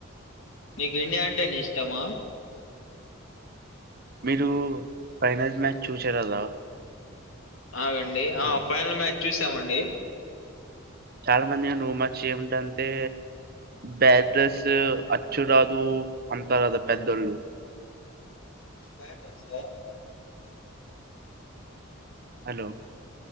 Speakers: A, on the left (about 75°); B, on the right (about 45°).
A: నీకు ఇండియా అంటే నీ ఇష్టమా
B: మీరు ఫైనల్ మ్యాచ్ చూసారు కదా
A: ఆగండి
B: హ్మ్.
A: ఆ ఫైనల్ మ్యాచ్ చూసామండి
B: చాలా మంది రూమచ్ ఏమిటంటే బ్యాడ్రస్ అచ్చురాదు అంటారు కదా పెద్దోళ్ళు
A: బటర్ స
B: హలో